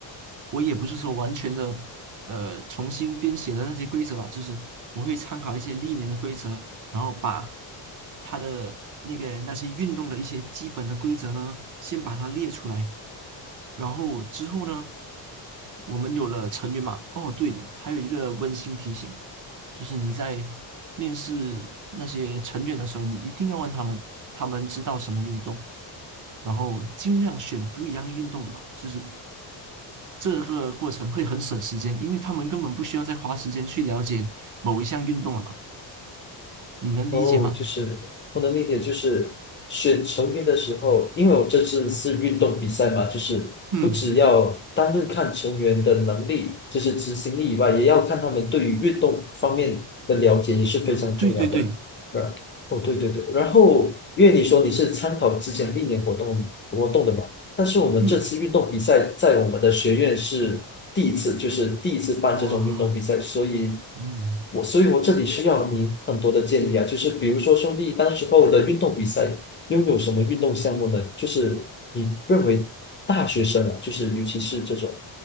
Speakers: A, on the right (about 40°); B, on the left (about 25°).
A: 我也不是说完全的呃重新编写的那些规则吧，就是我会参考一些历年的规则，然后把它的那个那些运动的一些基本的规则呢，先把它列出来。然后之后呢，我们有了成员嘛，哦对，还有一个温馨提醒。就是你在面试那些成员的时候，你一定要问他们，他们知道什么运动，然后尽量选不一样运动的吧。就是这个过程会很省时间，因为他们根本不需要再花时间去了解某一项运动了吧？你能理解吗？
B: 哦，就是我能理解，就是选成员的时候，因为我这次是运动比赛嘛，就是不只要单论看成员的能力，
A: 嗯，
B: 就是执行力以外，也要看他们对于运动方面的了解也是非常重要的。
A: 对对对，
B: 对，哦，对对对，然后因为你说你是参考之前历年活动活动的嘛，但是我们这次运动比赛在我们的学院是第一次，
A: 嗯，
B: 就是第一次办这种运动比赛，
A: 哇，
B: 所以
A: 嗯
B: 我所以我这里需要你很多的建议啊，就是比如说兄弟当时候的运动比赛拥有什么运动项目呢？就是你认为大学生啊，就是尤其是这种